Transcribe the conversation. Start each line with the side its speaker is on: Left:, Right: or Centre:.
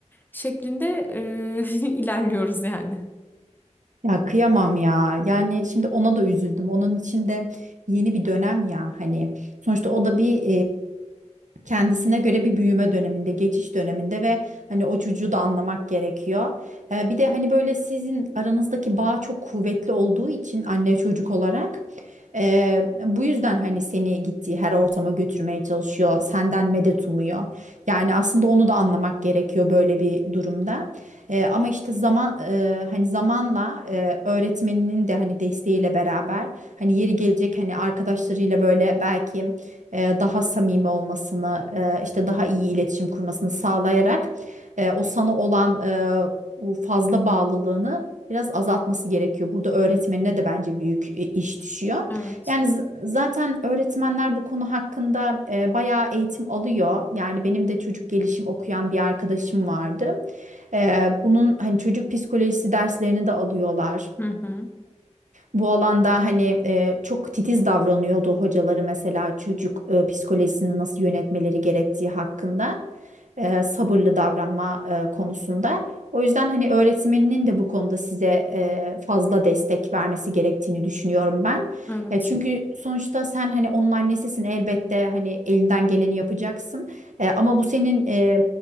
Left: şeklinde e, <laughs> ilerliyoruz yani.
Right: Ya kıyamam ya. Yani şimdi ona da üzüldüm. Onun için de yeni bir dönem ya hani. Sonuçta o da bir kendisine göre bir büyüme döneminde, geçiş döneminde ve hani o çocuğu da anlamak gerekiyor. Ee, bir de hani böyle sizin aranızdaki bağ çok kuvvetli olduğu için anne çocuk olarak e, bu yüzden hani seni gittiği her ortama götürmeye çalışıyor, senden medet umuyor. Yani aslında onu da anlamak gerekiyor böyle bir durumda. Ee, ama işte zaman e, hani zamanla e, öğretmeninin de hani desteğiyle beraber hani yeri gelecek hani arkadaşlarıyla böyle belki e, daha samimi olmasını, e, işte daha iyi iletişim kurmasını sağlayarak e, o sana olan e, bu fazla bağlılığını biraz azaltması gerekiyor. Burada öğretmenine de bence büyük e, iş düşüyor.
Left: Evet.
Right: Yani z- zaten öğretmenler bu konu hakkında e, bayağı eğitim alıyor. Yani benim de çocuk gelişim okuyan bir arkadaşım vardı. E, bunun hani çocuk psikolojisi derslerini de alıyorlar.
Left: Hı hı.
Right: Bu alanda hani e, çok titiz davranıyordu hocaları mesela çocuk e, psikolojisini nasıl yönetmeleri gerektiği hakkında e, sabırlı davranma e, konusunda. O yüzden hani öğretmeninin de bu konuda size e, fazla destek vermesi gerektiğini düşünüyorum ben.
Left: Evet.
Right: Ya çünkü sonuçta sen hani onun annesisin elbette hani elinden geleni yapacaksın. E, ama bu senin e,